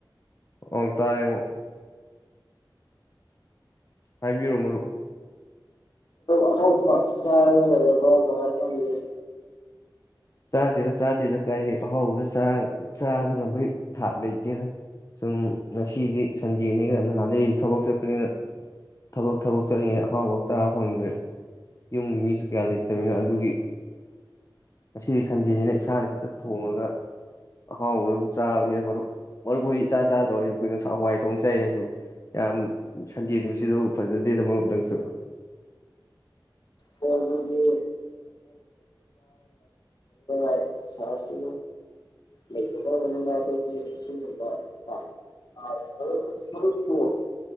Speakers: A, on the left (about 40°); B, on the left (about 60°).
A: ꯑꯣ ꯇꯥꯔꯦ ꯑꯃꯨꯛ ꯍꯥꯏꯕꯤꯔꯣ ꯃꯔꯨꯞ
B: ꯑꯍꯥꯎꯕ ꯉꯥꯛꯇ ꯆꯥꯔꯒ ꯂꯩꯔꯕꯣ ꯀꯃꯥꯏ ꯇꯧꯔꯤꯅꯣ
A: ꯆꯥꯗꯦꯗ ꯆꯥꯗꯦꯗ ꯀꯥꯏꯗꯦ ꯑꯍꯥꯎꯕꯗ ꯆ ꯆꯥꯕ ꯉꯝꯕꯩ ꯊꯥꯛ ꯂꯩꯇꯦꯅ ꯁꯨꯝ ꯉꯁꯤꯗꯤ ꯁꯟꯗꯦꯅꯤꯒ ꯅꯍꯥꯟꯗꯩꯗꯤ ꯊꯕꯛ ꯆꯠꯄꯅꯤꯅ ꯊꯕꯛ ꯊꯕꯛ ꯆꯠꯂꯤꯉꯩ ꯑꯐꯥꯎꯕ ꯆꯥꯕ ꯐꯪꯗ꯭ꯔꯦ ꯌꯨꯝꯒꯤ ꯃꯤꯁꯨ ꯀꯌꯥ ꯂꯩꯇꯕꯅ ꯑꯗꯨꯒꯤ ꯃꯁꯤ ꯁꯟꯗꯦꯁꯤꯅ ꯏꯁꯥꯅ ꯍꯈꯤꯛꯇ ꯊꯣꯡꯉꯒ ꯑꯍꯥꯎꯕ ꯑꯗꯨꯝ ꯆꯥꯕꯅꯤꯅ ꯃꯔꯨꯞ ꯃꯔ ꯍꯣꯏꯗꯤ ꯏꯆꯥ ꯆꯥꯗ꯭ꯔꯣ ꯍꯥꯏꯁꯨ ꯀꯩꯅꯣ ꯍꯋꯥꯏ ꯊꯣꯡ ꯆꯥꯏ ꯍꯥꯏꯁꯨ ꯌꯥꯝ ꯁꯟꯗꯦ ꯅꯨꯃꯤꯠꯁꯤꯁꯨ ꯐꯖꯗꯦꯗꯃꯣꯝꯗꯪꯁꯨ
B: ꯍꯣꯏ ꯗꯨ ꯗꯤ ꯑ ꯁꯥꯁꯤ ꯂꯩꯖꯕꯕꯅꯤꯅ ꯑꯩꯈꯣꯏꯒꯤꯒꯨꯝꯕ <unintelligible>